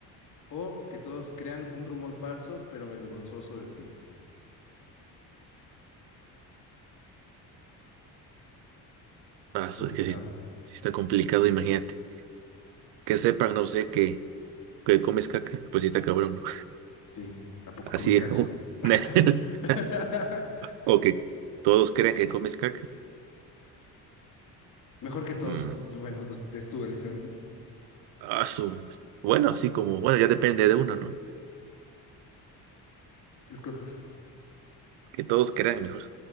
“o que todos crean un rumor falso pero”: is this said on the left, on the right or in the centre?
Left